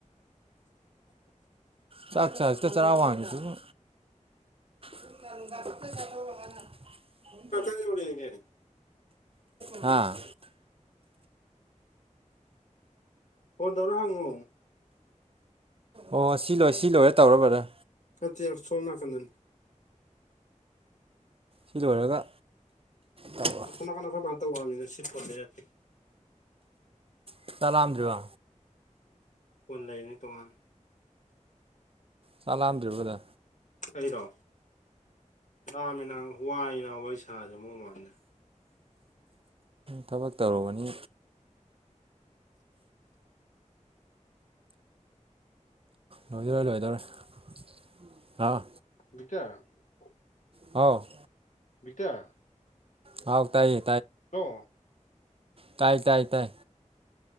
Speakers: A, on the right; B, on the left.
A: ꯆꯥꯛ ꯆ ꯍꯧꯖꯤꯛꯇ ꯆꯔꯋꯥꯟꯈꯤꯗꯨꯕꯨ ꯆ <unintelligible>
B: ꯌꯧꯅꯦ ꯀꯦꯅꯦ <unintelligible>
A: ꯍꯥꯥ
B: ꯐꯣꯟ ꯇꯧꯔ ꯍꯪꯑꯣ
A: ꯑꯣ ꯁꯤ ꯂꯣꯏꯔꯦ ꯁꯤ ꯂꯣꯏꯔꯒ ꯇꯧꯔꯣ ꯕ꯭ꯔꯗꯔ
B: ꯅꯠꯇꯦ ꯁꯣꯝ ꯅꯀꯟꯗꯅꯤ
A: ꯁꯤ ꯂꯣꯏꯔꯒ ꯇꯧꯔꯣ
B: ꯑꯁꯣꯝ ꯅꯥꯀꯟꯗ ꯅꯈꯣꯏ ꯃꯥꯅ ꯇꯧꯈ꯭ꯔꯕꯅꯤꯗ
A: ꯆꯥꯛ ꯂꯝꯗ꯭ꯔꯤꯕꯣ
B: ꯀꯨꯟ ꯂꯩꯕꯅꯤ ꯇꯣꯉꯥꯟꯅ
A: ꯆꯥꯛ ꯂꯥꯝꯗ꯭ꯔꯤꯕ
B: ꯑꯩꯔꯣ ꯂꯥꯃꯤꯅ ꯋꯥꯏꯅ ꯋꯥꯔꯤ ꯁꯥꯁꯤ ꯑꯃꯨꯛ ꯃꯥꯜꯂꯦ
A: ꯊꯕꯛ ꯇꯧꯔꯨꯕꯅꯤ ꯂꯣꯏꯗꯧꯔꯦ ꯂꯣꯏꯗꯧꯔꯦ ꯂꯛꯑꯣ
B: ꯁꯤꯇ <unintelligible>
A: ꯍꯥꯎ
B: ꯕꯤꯇꯥꯔ
A: ꯍꯥꯎ ꯇꯥꯏ
B: ꯍ
A: ꯇꯥꯏ ꯇꯥꯏ ꯇꯥꯏ